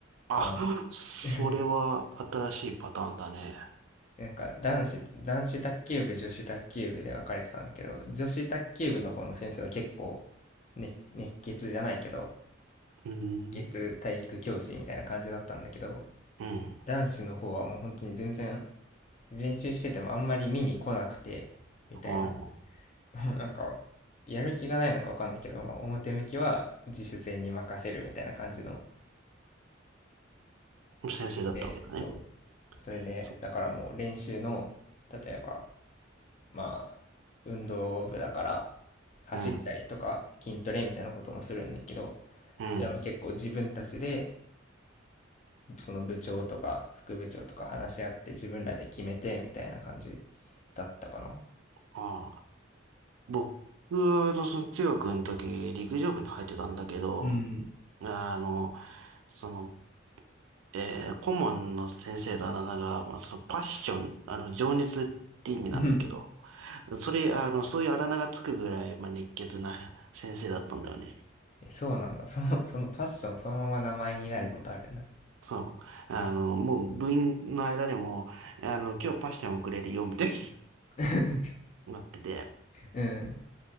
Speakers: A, on the right; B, on the left.
A: あ、
B: かな
A: それは新しいパターンだね。
B: <laughs> なんか男子と男子卓球部女子卓球部で分かれてたんだけど女子卓球部の方の先生は結構、ね、熱血じゃないけど
A: うー
B: 熱血体育教師みたいな感じだったんだけど
A: ん。うん。
B: 男子の方はもう本当に全然練習しててもあんまり見に来なくてみたいな
A: あ
B: <laughs> なんか、やる気がないのかわかんないけど、まあ、表向きは自主性に任せるみたいな感じの。
A: あ、先生だったわけだね。
B: で、そう。それで、
A: そ、
B: だからもう練習の、例えば、まあ、運動部だから、走ったりとか、
A: うん、
B: 筋トレみたいなこともするんだけど、
A: うん。
B: それも結構自分たちで、その部長とか副部長とか話し合って自分らで決めてみたいな感じだったかな。
A: ああ、僕は、あのその中学の時、陸上部に入ってたんだけど、
B: うん。
A: あの、その、えー顧問の先生だあなたが、まあ、そのパッション、あの、情熱って意味なんだけど、
B: うん。
A: それ、あの、そういうあだ名がつくぐらい、まあ、熱血な先生だったんだよね。
B: えそうなんだ。その、そのパッションそのまま名前になることあるんだ。
A: そう。あの、もう部員の間でも、あの、今日パッションをくれるよ、みたい
B: <laughs>
A: になってて、
B: うん。